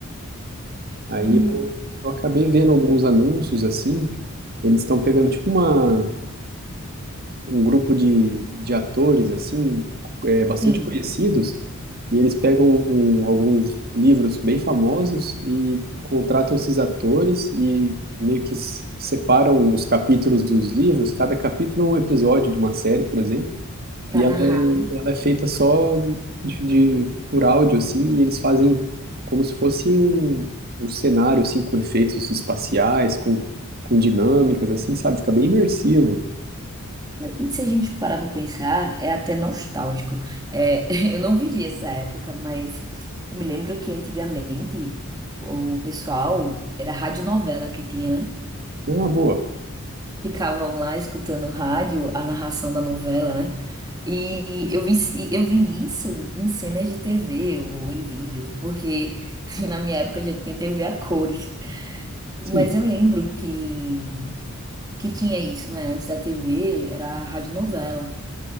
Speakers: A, on the right (about 45°); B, on the right (about 15°).
A: Aí
B: Hum,
A: eu, eu acabei vendo alguns anúncios assim, eles estão pegando tipo uma, um grupo de, de atores assim, é, bastante
B: sim,
A: conhecidos, e eles pegam um- alguns livros bem famosos e contratam esses atores e meio que s- separam os capítulos dos livros, cada capítulo é um episódio de uma série, por exemplo,
B: para
A: e
B: narrar.
A: ela Ela é feita só de, de- por áudio, assim, e eles fazem como se fosse um, um cenário, assim, com efeitos espaciais, com, com dinâmicas, assim, sabe? Fica bem imersivo.
B: E se a gente parar para pensar, é até nostálgico. É, <laughs> eu não vivi essa época, mas eu me lembro que antigamente o pessoal era radionovela que tinha, né?
A: Ah, boa.
B: Ficavam lá escutando rádio, a narração da novela, né? E eu vi, e eu vi isso em cenas de TV ou em vídeos, porque <laughs> na minha época já tinha TV a cores. Mas
A: Sim,
B: eu lembro que, que tinha isso, não é? Antes da TV era a radionovela.